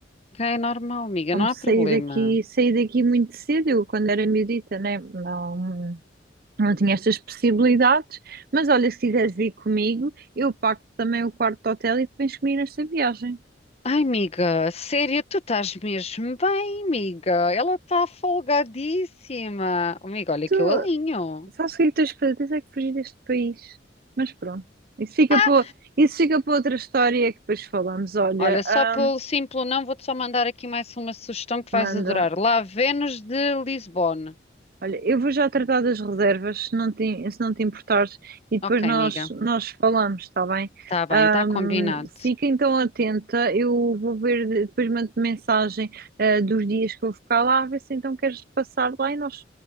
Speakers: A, on the left; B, on the right.
A: É normal, amiga,
B: Como
A: não há
B: saí
A: problema.
B: daqui, saí daqui muito cedo, eu quando era miudita, né? Não, Não tinha estas possibilidades, mas olha, se quiseres vir comigo, eu pago também o quarto de hotel e tu vens comigo nesta viagem.
A: Ai, amiga, sério, tu estás mesmo bem, amiga. Ela está folgadíssima. Oh, Amiga, olha
B: Tu,
A: que eu alinho.
B: sabes o que é que tens que fazer? Tens é que fugir deste país. Mas pronto, isso fica
A: Ah,
B: para, isso fica para outra história que depois falamos. Olha,
A: Olha, só
B: ahm,
A: pelo simples não, vou-te só mandar aqui mais uma sugestão que vais
B: manda.
A: adorar. Lá, Vênus de Lisbona.
B: Olha, eu vou já tratar das reservas, se não te, se não te importares, e depois
A: Ok,
B: nós,
A: amiga.
B: nós falamos, está bem?
A: Tá bem,
B: Ahm,
A: tá combinado.
B: fica então atenta, eu vou ver, de- depois mando mensagem, ah, dos dias que vou ficar lá, a ver se então queres passar lá e nós,